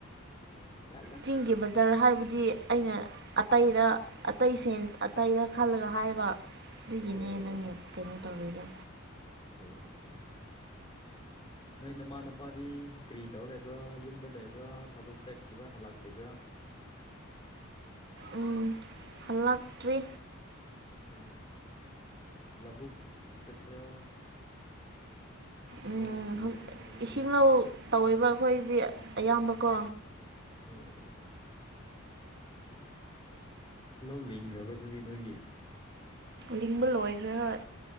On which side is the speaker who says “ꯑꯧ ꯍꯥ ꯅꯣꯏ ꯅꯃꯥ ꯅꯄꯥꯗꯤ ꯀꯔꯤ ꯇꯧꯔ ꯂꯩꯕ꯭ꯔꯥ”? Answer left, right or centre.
Left